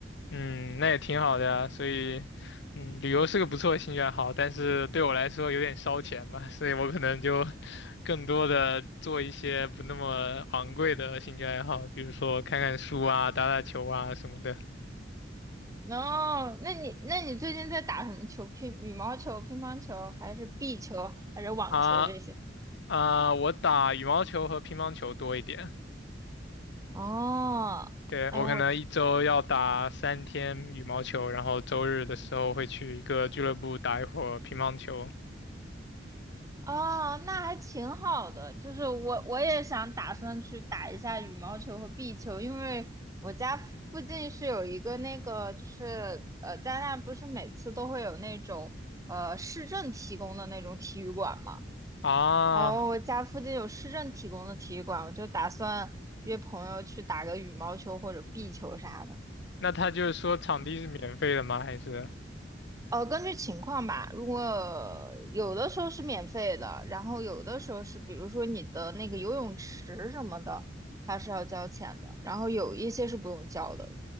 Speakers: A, on the left; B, on the right.
A: 嗯，那也挺好的呀。所以，嗯，旅游是个不错的兴趣爱好，但是对我来说有点烧钱吧，所以我可能就更多的做一些不那么昂贵的兴趣爱好，比如说看看书啊、打打球啊什么的。
B: 哦，那你那你最近在打什么球？乒羽毛球、乒乓球，还是壁球，还是网球这些？
A: 啊啊，我打羽毛球和乒乓球多一点。
B: 哦，
A: 对，
B: 哎，
A: 我可能一周要打三天羽毛球，
B: 我
A: 然后周日的时候会去一个俱乐部打一会儿乒乓球。
B: 哦，那还挺好的。就是我我也想打算去打一下羽毛球和壁球，因为我家附近是有一个那个，就是呃，加拿大不是每次都会有那种呃市政提供的那种体育馆嘛。
A: 啊，
B: 哦，我家附近有市政提供的体育馆，我就打算约朋友去打个羽毛球或者壁球啥的。
A: 那他就是说场地是免费的吗？还是
B: 呃，根据情况吧。如果有的时候是免费的，然后有的时候是，比如说你的那个游泳池什么的，它是要交钱的。然后有一些是不用交的。